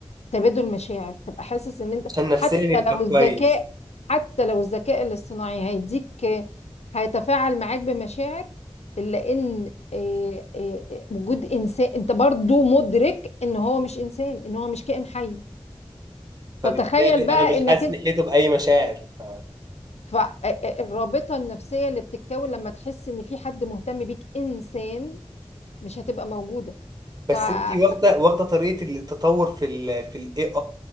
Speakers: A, on the left; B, on the right.
A: تبادل مشاعر تبقى حاسس إن أنت
B: عشان نفسيا
A: حتى
B: يبقى
A: لو
B: كويس
A: الذكاء حتى لو الذكاء الاصطناعي هيديك هيتفاعل معاك بمشاعر إلا إن آه، آه، وجود إنسان أنت برضو مدرك إن هو مش إنسان إن هو مش كائن حي
B: فبالتالي
A: فتخيل بقى
B: أنا مش
A: إنك
B: حاسس
A: أنت
B: ناحيته بأي مشاعر ف...
A: فالرابطة النفسية اللي بتتكون لما تحس إن في حد مهتم بيك إنسان مش هتبقى موجودة
B: بس
A: فأيوة
B: انت واخده واخده طريقه التطور في ال في الاي